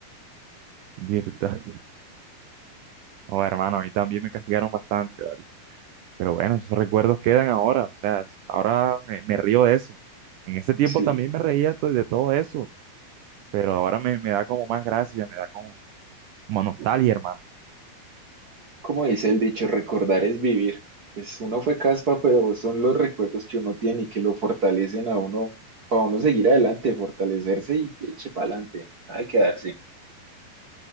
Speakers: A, on the right; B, on the right.
A: Virtual. <laughs> Oh, hermano, a mí también me castigaron bastante, ¿vale? Pero bueno, esos recuerdos quedan ahora, o sea, es- ahora me, me río de eso. En ese tiempo
B: sí
A: también me reía to- de todo eso, pero ahora me, me da como más gracia, me da como, como nostalgia, hermano.
B: Como dice el dicho, recordar es vivir. Pues uno fue caspa, pero son los recuerdos que uno tiene y que lo fortalecen a uno, para uno seguir adelante, fortalecerse y eche para adelante, nada de quedarse.